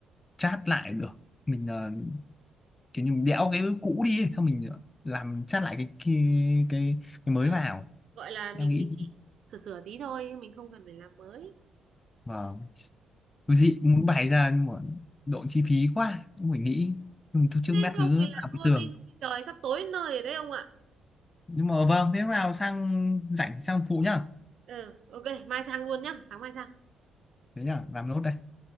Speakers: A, on the left (about 25°); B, on the right (about 65°).
A: chát lại được mình ờ, kiểu như mình đẽo cái cũ đi ấy, xong mình ờ, làm chát lại cái cái cái, cái mới
B: ờ.
A: vào
B: Gọi là mình
A: em nghĩ
B: mình chỉ sửa sửa tí thôi, nhưng mình không cần phải làm mới.
A: vâng cứ dị muốn bày ra nhưng mà độ chi phí quá cũng phải nghĩ nhưng mà thôi trước
B: Thế
A: mắt
B: không
A: cứ
B: thì
A: làm
B: làm luôn
A: cái tường
B: đi, không thì trời sắp tối nơi ở đấy ông ạ.
A: nhưng mà vâng thế nào sang rảnh sang phụ nhá
B: Ừ, ô mai sang luôn nhá, sáng mai sang.
A: thế nhá làm nốt đây